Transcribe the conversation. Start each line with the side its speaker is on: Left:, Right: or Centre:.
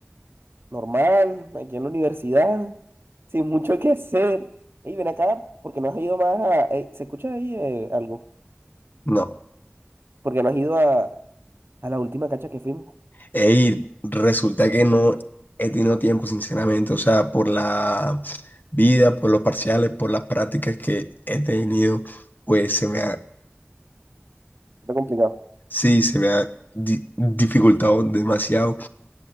Right: Normal, aquí en la universidad, <laughs> sin mucho que hacer. Y ven acá, porque no has ido más a... Ey, ¿se escucha ahí eh, algo?
Left: No.
Right: Porque no has ido a, a la última cancha que fuimos.
Left: Hey, resulta que no he tenido tiempo, sinceramente. O sea, por la vida, por los parciales, por las prácticas que he tenido, pues se me ha,
Right: Está complicado.
Left: sí, se me ha di- dificultado demasiado.